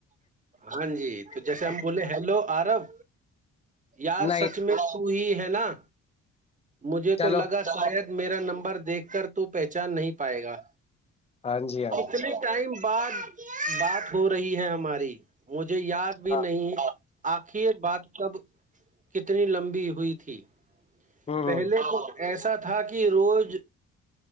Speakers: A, on the right; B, on the left.
A: ہاں جی تو جیسے
B: پوائنٹ.
A: ہم بولولے ہیلو آرب یار
B: نہیں
A: سچ میں تو ہی ہے نا مجھے
B: چلو
A: تو تو لگا شاید میرا نمبر دیکھ کر تو پہچان نہیں پائے گا
B: ہاں جی ہاں
A: کتنے
B: جی
A: ٹائم بات بات ہو رہی ہے ہماری مجھے مجھے یاد بھی
B: ہاں
A: نہیں آخر بات کب کتنی لمبی ہوئی تھی
B: ہ ہ
A: پہلے تو ایسا تھا کہ روز